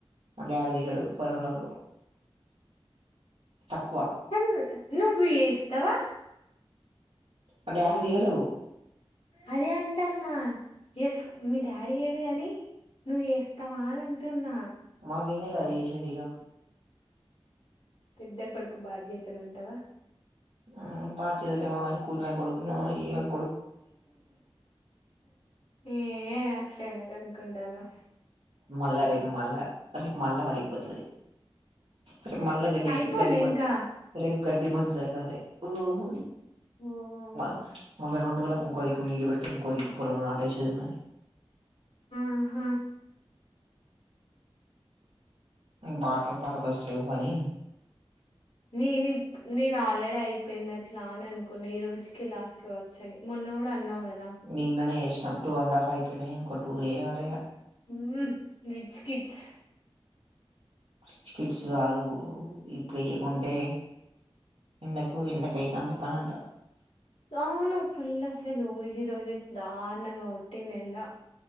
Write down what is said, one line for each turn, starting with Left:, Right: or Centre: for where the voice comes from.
Right: మా డాడీ దిగడు పనోళ్లకు. తక్కువ.
Left: అన్ నువ్వు ఈస్తావా.
Right: అ డ్యాడ్ దిగడు.
Left: అదే అంటన్న ఎస్ మీ డాడీ ఏడి అని. నువ్ వేస్తావా అని అంటున్నా.
Right: మాకిన్నే కదా చేసే దిగా.
Left: పెద్ద కొడుకు బాధ్యతలు అంటావా.
Right: ఉ బాధ్యతలే మానీ కూల్ కొడుకున ఇయ్య.
Left: ఏ అట్లెందుకనుంటన్నవ్.
Right: మళ్ళా రేపు మళ్ళా రేపు మళ్ళా వలిగిపోతది. రేప్ మల్లా గడ్డి
Left: అయిపోలే
Right: గడ్డి మ
Left: ఇంకా
Right: రేప్ గడ్డి మ చల్లాలే ఓహో.
Left: ఓ.
Right: మ మళ్ళీ రెండు రోజుల ఇంకో దిక్కు నీళ్ళు పెట్టి ఇంకో దిక్కు పొలము నాటేసేది ఉన్నాయి.
Left: ఆహా.
Right: వాటర్ పర్పస్ లేవ్వని.
Left: నీనీ. నేను ఆల్రెడీ అయిపోయింది అట్లా అని అనుకున్నా ఈ రోజుకి లాస్ట్ కావచ్చని మొన్న కూడా అన్నావు కదా.
Right: నిన్ననే వేసినాం టూ అండ్ హాఫ్ అయిపోయినాయి ఇంకో టూ ఎయ్యాలి ఇక.
Left: ఉ రిచ్ కిడ్స్.
Right: రిచ్ కిడ్స్ కాదు. వేయకుంటే ఎండకు ఎండక అయితుంది పని అంత.
Left: అవును ఫుల్ అసలు ఈరోజైతే దారుణంగా కొట్టింది ఎండ.